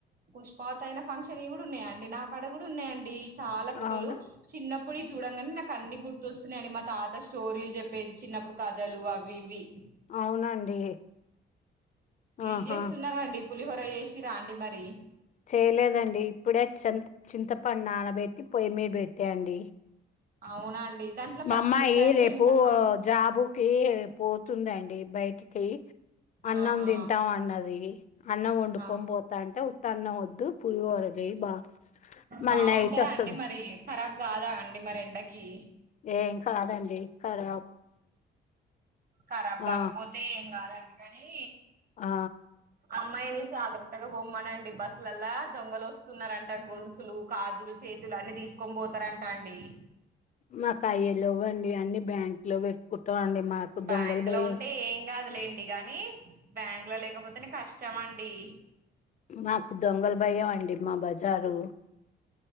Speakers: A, on the right (about 45°); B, on the left (about 40°).
A: పుష్పావతి అయిన ఫంక్షన్ వి కూడా ఉన్నాయంండి నాక్కడ కూడా ఉన్నాయండి చాలా ఫోటోలు
B: అవునా
A: చిన్నప్పుడ చూడంగానే నాకు అన్ని గుర్తుొస్తున్నాయండి మా తాత స్టోరీలు చెప్పేది చిన్నప్పుడు కథలు అవి ఇవి
B: అవునండి
A: ఏం
B: ఆహా
A: చేస్తున్నారండి పులిహోర చేసి రా అండి మరి
B: చేయలేదండి ఇప్పుడే చెం-చింతపండు నానబెట్టి పొయ్యి మీద పెట్టా అండి
A: అవునా అండి దాంట్లో
B: మా
A: పచ్చిమిరపకాయలు
B: మామ్మాయి రేపు
A: ఇంకా ఆ
B: జాబుకి పోతుందండి బయటికి అన్నం
A: ఆహా
B: తింటాం అన్నది అన్నం వండుకొని
A: ఆ
B: పోతా అంటే తన్న వద్దు పులిహోర చేయి బా మళ్ళీ
A: బాగుంటదా
B: నైట్ వస్తది
A: అండి మరి ఖరాబ్ కాదా అండి మరి ఎండకి
B: ఏం కాదండి కర
A: కరాబ్
B: ఆ
A: కాకపోతే ఏం కాదండి కానీ
B: ఆ
A: అమ్మాయిని జాగ్రత్తగా బొమ్మనండి బస్సులల్లా దొంగలు వస్తున్నారంట గొలుసులు కాజులు చేతులు అన్ని తీసుకొని పోతారంటా అండి
B: మాకు అయ్యలు ఇవ్వండి అన్ని బ్యాంక్ లో పెట్టుకుంటాం అండి మాకు
A: బ్యాంక్
B: దొంగల భయం
A: లో ఉంటే ఏం కాదులేండి గాని బ్యాంక్ లో లేకపోతేనే కష్టం అండి
B: మాకు దొంగలు భయం అండి మా బజారు